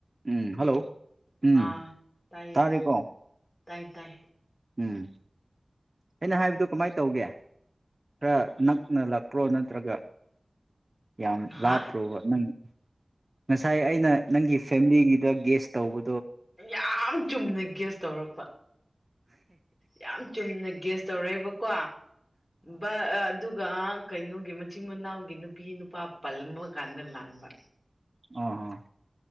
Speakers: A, on the right; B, on the left.
A: ꯎꯝ hello ꯎꯝ
B: ꯑꯥ ꯇꯥꯏꯌꯦ
A: ꯇꯥꯔꯦꯀꯣ
B: ꯇꯥꯏ ꯇꯥꯏ
A: ꯎꯝ ꯑꯩꯅ ꯍꯥꯏꯕꯗꯣ ꯀꯃꯥꯏ ꯇꯧꯒꯦ ꯈꯔ ꯅꯛꯅ ꯂꯥꯛꯄ꯭ꯔꯣ ꯅꯠ ꯇ꯭ꯔꯥꯒ ꯌꯥꯝ
B: ꯍꯥ
A: ꯂꯥꯞꯄ꯭ꯔꯣꯕ ꯅꯪ ꯉꯁꯥꯏ ꯑꯩꯅ ꯅꯪꯒꯤ ꯐꯦꯝꯂꯤꯒꯤꯗ ꯒꯦꯁ ꯇꯧꯕ
B: ꯌꯥꯝ ꯆꯨꯝꯅ ꯒꯦꯁ ꯇꯧꯔꯛꯄ ꯌꯥꯝ ꯆꯨꯝꯅ ꯒꯦꯁ ꯇꯧꯔꯛꯑꯦꯕꯀꯣ ꯕꯥ ꯑꯥ ꯑꯗꯨꯒ ꯀꯩꯅꯣꯒꯤ ꯃꯆꯤꯟ ꯃꯅꯥꯎꯒꯤ ꯅꯨꯄꯤ ꯅꯨꯄꯥ ꯄꯜꯕ ꯀꯥꯟꯗ ꯂꯥꯟꯕ
A: ꯑꯥ-ꯑꯥ